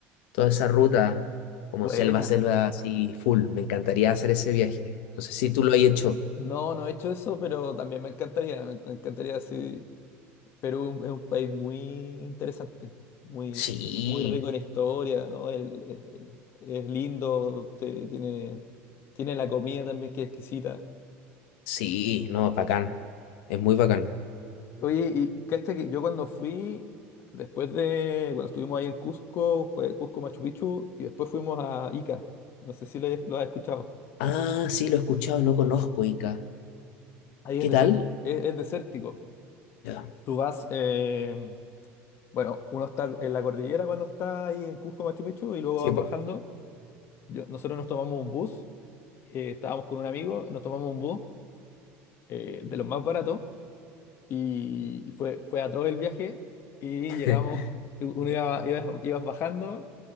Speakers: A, on the left; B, on the left.
A: toda esa ruta, como
B: buena.
A: selva, selva, así full. Me encantaría hacer ese viaje. No sé si tú lo has hecho.
B: No, no he hecho eso, pero también me encantaría, me me encantaría, sí. Perú es un país muy interesante, muy,
A: Sí,
B: muy rico en historia, ¿no? el- el- es lindo, te- tiene, tiene la comida también que es exquisita.
A: sí, no, bacán. Es muy bacán.
B: Oye, y cacha que yo cuando fui, después de, cuando estuvimos ahí en Cusco, fue Cusco Machu Picchu, y después fuimos a Ica. No sé si lo, hayas- lo has escuchado.
A: Ah, sí, lo he escuchado, no conozco Ica.
B: Ahí
A: ¿Qué
B: es desértico,
A: tal?
B: es, es desértico.
A: Ya.
B: Tú vas, eh, bueno, uno está en la cordillera cuando está ahí en Cusco, Machu Picchu, y luego
A: Sí,
B: vas
A: po.
B: bajando. Yo- nosotros nos tomamos un bus, eh, estábamos con un amigo, nos tomamos un bus eh, de los más baratos, y, y fue, fue atroz el viaje, y
A: <laughs>
B: llegamos, <laughs> uno iba, iba- ibas bajando,